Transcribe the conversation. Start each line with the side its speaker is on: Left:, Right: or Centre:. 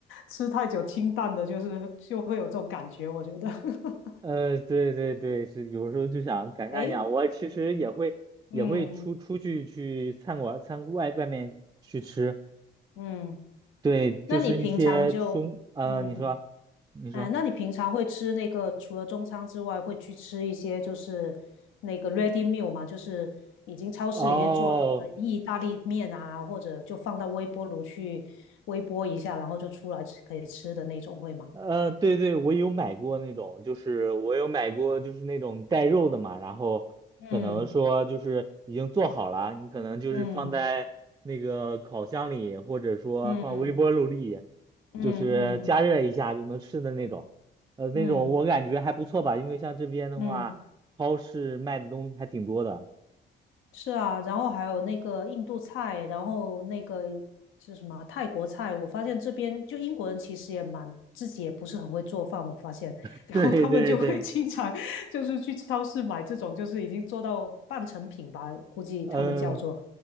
Left: 吃太久清淡的，就是就会有这种感觉，我觉得。<laughs>
Right: 呃，对对对，是有时候就想改善一下。
Left: 哎，
Right: 我其实也会也会出出去去餐馆餐外外面去吃，
Left: 嗯嗯，
Right: 对，就是一些中呃，
Left: 那你平常就嗯。
Right: 你说你说
Left: 嗯，那你平常会吃那个除了中餐之外，会去吃一些就是那个 ready meal 嘛，就是已经超市里面做好的意大利面啊，
Right: 哦。
Left: 或者就放到微波炉去微波一下，然后就出来吃可以吃的那种，会吗？
Right: 呃，对对，我有买过那种，就是我有买过，就是那种带肉的嘛，然后可能说就是已经做好了，
Left: 嗯
Right: 你可能就是放在那个烤箱里，
Left: 嗯
Right: 或者说放微波炉里，
Left: 嗯嗯嗯嗯
Right: 就是加热一下就能吃的那种。呃，那种我感觉还不错吧，
Left: 嗯
Right: 因为像这边的话，
Left: 嗯嗯。嗯嗯
Right: 超市卖的东西还挺多的。
Left: 是啊，然后还有那个印度菜，然后那个就是什么泰国菜，我发现这边就英国人其实也蛮自己也不是很会做饭，我发现，
Right: <laughs>
Left: <laughs> 然后他们就会
Right: 对对对，
Left: <laughs> 经常就是去超市买这种就是已经做到半成品吧，估计他们叫做
Right: 嗯，